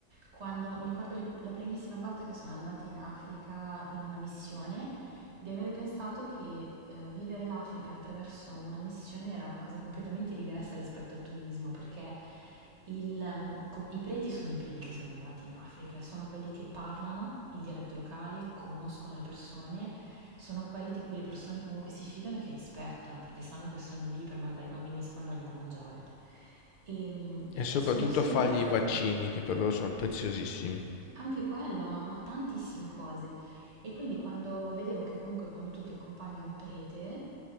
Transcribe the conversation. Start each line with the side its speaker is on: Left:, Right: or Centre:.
Right: Quando mi ricordo le- la primissima volta che sono andata in Africa in una missione, di avere pensato che eh, vivere l'Africa attraverso una missione era una cosa completamente diversa rispetto al turismo, perché il, ehm, com- i preti sono i primi che sono arrivati in Africa, e sono quelli che parlano il dialetto locale, conoscono le persone, sono quelli di cui le persone comunque si fidano e che rispettano, perché sanno che sono lì per mandare i bambini a scuola e dargli da mangiare. E, mm, e
Left: E soprattutto
Right: sono, sono
Left: a fargli
Right: integrati.
Left: i vaccini che per loro sono preziosissimi.
Right: Anche quello, ma, ma tantissime cose. E quindi quando vedevo che comunque quando tu ti accompagni a un prete,